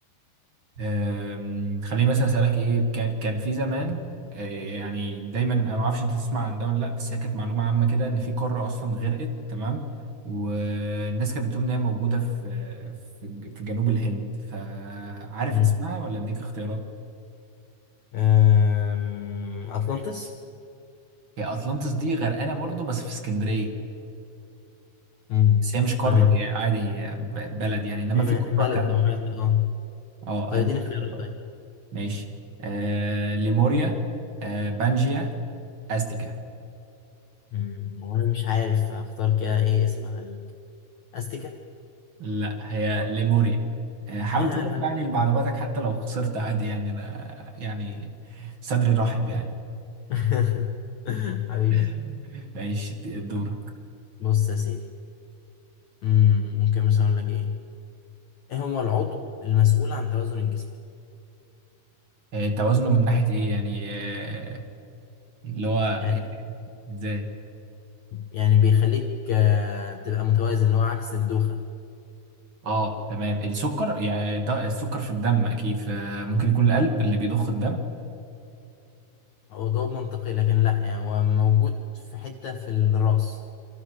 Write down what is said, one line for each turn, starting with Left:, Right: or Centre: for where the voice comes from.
Right: آم، خليني مثلا اسالك ايه كان كان في زمان آه، يعني دايما انا ما اعرفش انت تسمع عن ده ولا لا بس هي كانت معلومه عامه كده ان في قاره اصلا غرقت تمام والناس كانت بتقول ان هي موجوده في في في جنوب الهند فعارف
Left: مم.
Right: اسمها ولا اديك اختيارات
Left: آم، اطلانتس
Right: هي اطلانتس دي غرقانه برضو بس في اسكندريه
Left: مم.
Right: بس هي مش قاره
Left: طب اديني
Right: هي عادي هي ب- بلد يعني انما
Left: أي
Right: في
Left: م-
Right: قاره
Left: بلد
Right: كامله
Left: او حاجه اه
Right: اه
Left: طب
Right: هديك
Left: اديني اختيارات
Right: اختيارات
Left: طيب
Right: ماشي آه ليموريا آه بانجيا استيكا
Left: مم. وانا مش عارف اختار كده ايه اسم غريب كده استيكا
Right: لا هي ليموريا آه، حاول
Left: يا
Right: تضيف
Left: الهبل
Right: يعني لمعلوماتك حتى لو خسرت عادي يعني انا يعني صدري رحب يعني
Left: <laughs> حبيبي
Right: <laughs> ماشي دورك
Left: بص يا سيدي مم. ممكن مثلا اقول لك ايه ايه هو العضو المسؤول عن توازن الجسم
Right: آه، توازنه من ناحية ايه يعني آه، اللي هو
Left: يعني
Right: إيه؟ ازاي
Left: يعني بيخليك آه، تبقى متوازن اللي هو عكس الدوخة
Right: اه تمام السكر يعني ده السكر في الدم اكيد فممكن يكون القلب
Left: مم.
Right: اللي بيضخ الدم
Left: هو جواب منطقي لكن لا يعني هو موجود في حتة في الراس